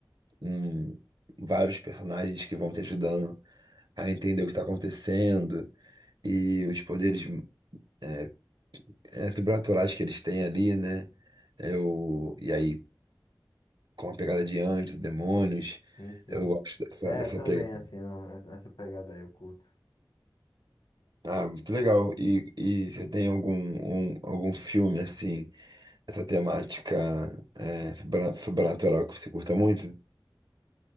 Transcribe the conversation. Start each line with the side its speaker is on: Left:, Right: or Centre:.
Right: um- vários personagens que vão te ajudando a entender o que está acontecendo e os poderes é, é, sobrenaturais que eles têm ali, né? Eu, e aí com a pegada de anjos, demônios.
Left: sim. sim.
Right: Eu gosto dessa,
Left: É,
Right: dessa
Left: eu também,
Right: pegada.
Left: assim, não- essa pegada aí eu curto.
Right: Ah, muito legal. E, e você tem algum, um- algum filme assim, dessa temática é, sobra- sobrenatural que você curta muito?